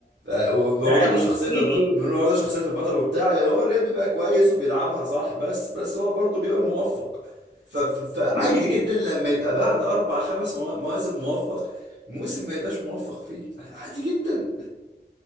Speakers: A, on the right; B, on the left.
A: ف- وبنقعد
B: ده
A: له شخصيه
B: ماشي
A: الب... بنقعد له شخصيه البطل وبتاع يعني هو الريال بيبقى كويس وبيلعبها صح بس بس هو برضه بيبقى موفق ف... ف... فعادي
B: ماشي
A: جدا لما يبقى بعد اربع خمس موا- مواسم موفق موسم ما يبقاش موفق فيه يعني عادي جدا